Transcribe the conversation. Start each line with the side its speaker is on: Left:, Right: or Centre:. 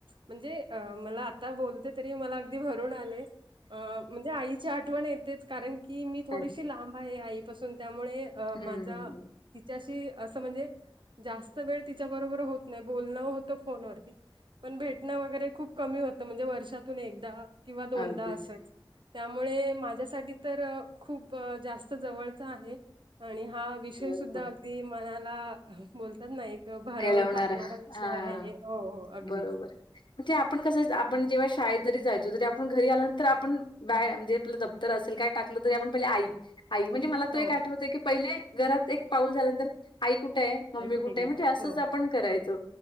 Right: म्हणजे, मला आता बोलते तरी मला अगदी. भरून आलय, म्हणजे आईची आठवण येतेच कारण की मी थोडीशी
Left: अगदी.
Right: लांब आहे आई. पासून त्यामुळे
Left: हं,
Right: माझा. तिच्याशी असं म्हणजे, जास्त वेळ तिच्या बरोबर होत नाही बोलणं होतं फोनवरती. पण भेटणं वगैरे खूप कमी होतं, म्हणजे वर्षातून एकदा किंवा दोनदा
Left: अगदीच.
Right: असंच. त्यामुळे माझ्यासाठी तर खूप, जास्तं जवळच आहे. आणि हा विषय
Left: बरोबर.
Right: सुद्धा अगदी मनाला बोलतात ना एक. भारावून
Left: हेलवणारा.
Right: टाकणारा क्वेशचन
Left: हां,
Right: आहे हो हो अगदीच.
Left: बरोबर. म्हणजे आपण कसं आपण जेव्हा शाळेत जरी जायचो. तरी आपण घरी आल्यानंतर आपण बॅग म्हणजे आपल दप्त तर असेल काय टाकलं तरी आपण पहिले आई. आई म्हणजे मला तो
Right: हो
Left: एक आठवत आहे की, पहिले घरात एक पाऊल झाल्यानंतर, आई कुठे आहे मम्मी
Right: आई
Left: कुठे आहे
Right: गेले
Left: म्हणजे असं.
Right: हो
Left: असंच आपण करायचो,